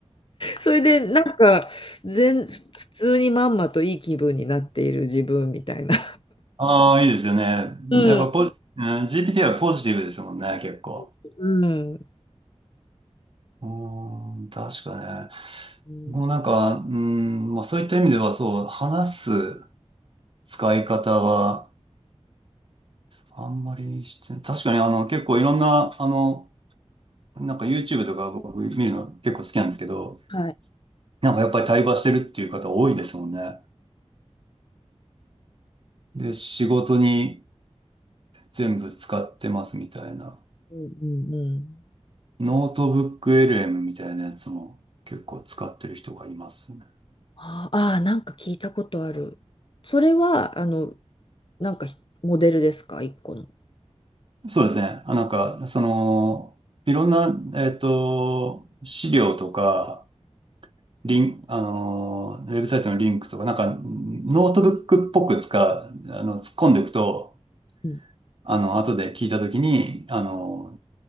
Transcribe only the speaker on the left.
それでなんか全、普通にまんまといい気分になっている自分みたいな。
うん。
<laughs> うん。
うん。
はい。
うんうんうん。
あーあなんか聞いたことある。それは、あの、なんかひモデルですか、一個の。
うん。